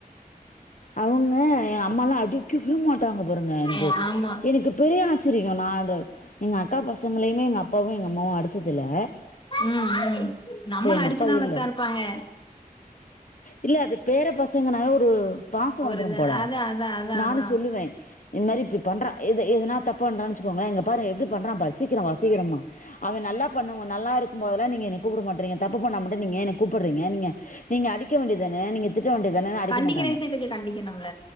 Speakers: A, on the left; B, on the left.
A: அவுங்க எ அம்மால்லா அடிக்கவே மாட்டாங்க பாருங்க எனக்கு
B: ஏ ஆமா
A: எனக்கு பெரிய <unintelligible> <unintelligible> நாடு எங்க அக்கா பசங்களயுமே எங்க அப்பாவு எங்க அம்மாவு அடிச்சதில்ல
B: ம் ம் நம்மள
A: இப்ப எங்க
B: அடிச்சுதா
A: அப்பா
B: வளத்தா
A: இல்ல
B: இருப்பாங்க
A: இல்ல அது பேர பசங்கனாவே ஒரு பாசம்
B: ஒரு
A: வந்துரு
B: இது
A: போல
B: அதா அதா அதா
A: நானு
B: அதா
A: சொல்லுவே இந்து மாரி இப்டி பண்றா இது இது எதுனா தப்பண்றா வச்சுங்கோமே இங்க பாரு எப்டி பண்றா பாரு சீக்கிர வா சீக்கிரமா அவ நல்லா பண்ணுவா நல்லா இருக்கும் போதல்லா நீங்க என்ன கூப்ட மாட்றீங்க தப்பு பண்ணா மட்டு நீங்க ஏ என்ன கூப்ட்றீங்க நீங்க நீங்க அடிக்க வேண்டியதுதானே நீங்க திட்ட வேண்டியதுதானே அடிக்க
B: கண்டிக்கிற
A: மாட்டாங்க
B: விஷயத்துக்கு கண்டிக்கணும்ல